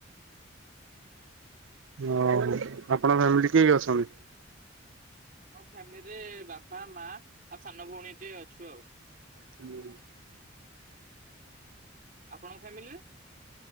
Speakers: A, on the right; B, on the right.
A: ଓହ, ଆପଣଙ୍କ ଫ୍ୟାମିଲି କେଏ କିଏ ଅଛନ୍ତି?
B: ଆମ ଫ୍ୟାମିଲିରେ ବାପା, ମା ଆଉ ସାନ ଭଉଣୀ ଟେ ଅଛୁ ଆଉ।
A: ହୁଁ।
B: ଆପଣଙ୍କ ଫ୍ୟାମିଲିରେ?